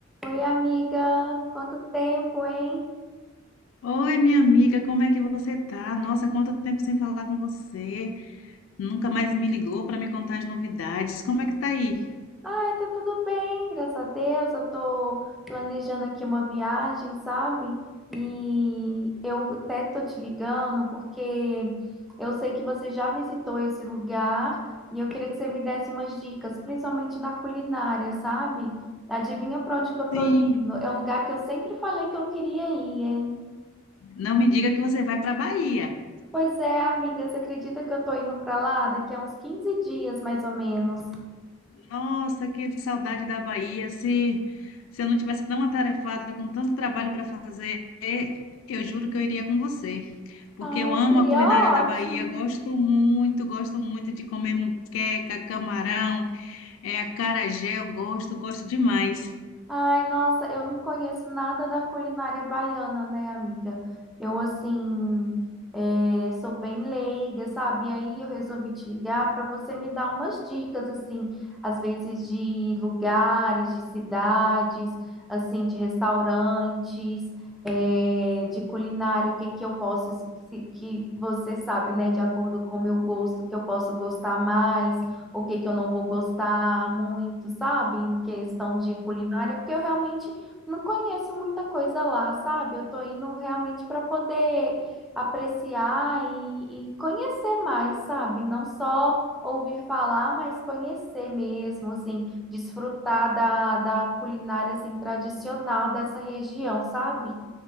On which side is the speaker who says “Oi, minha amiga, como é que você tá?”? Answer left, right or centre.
Left